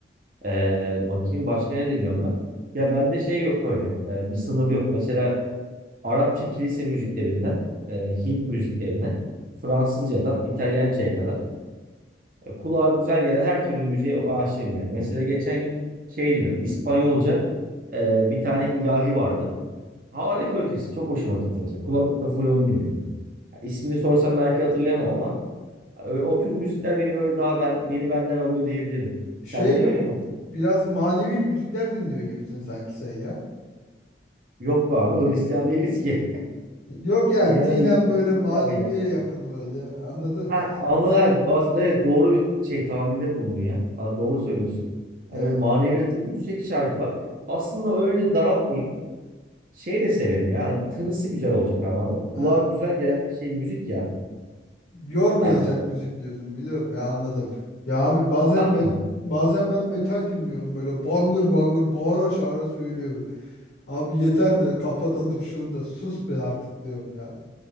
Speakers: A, on the right (about 45°); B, on the left (about 75°).
A: Ee, bakayım başka ne dinliyorum ben? Ya bende şey yok böyle. Ee, bir sınır yok. Mesela Arapça kilise müziklerinden e, Hint müziklerine, Fransızcadan İtalyanca'ya kadar e, kulağa güzel gelen her türlü müziğe o aşığım yani. Mesela geçen gün şey dinliyorum, İspanyolca e, bir tane ilahi vardı. Harika ötesi, çok hoşuma gitti mesela. Kulaklıkla full onu dinledim. Ha, İsmini sorsam belki hatırlayamam ama ha, ö- o tür müzikler beni böyle daha ben beni benden alıyor diyebilirim.
B: Şey
A: Sende de öyle
B: b-
A: mi?
B: biraz manevi müzikler dinliyor gibisin sanki sen ya.
A: Yok be abi, Hristiyan değiliz ki.
B: Yok yani
A: <laughs> Genellikle
B: dinen böyle maneviye
A: ilahi.
B: yakın böyle anladın?
A: Ha, anılar aslında evet doğru bir şey tahminde bulundun ya. Ha, doğru söylüyorsun.
B: Yani
A: Yani öyle maneviyatı yüksek şarkılar. Aslında öyle daraltmayayım. Şey de severim ya. hani tınısı güzel olacak abi. anladın mı? Kulağa
B: ha,
A: güzel gelen bir şey müzik ya.
B: yormayacak
A: Ben
B: müzik diyorsun biliyorum ya anladım. Ya abi bazen
A: aynen.
B: me- bazen ben metal dinliyorum böyle bangır bangır bağıra çağıra söylüyor. Abi yeter de kapatalım şunu da sus be artık diyorum ya.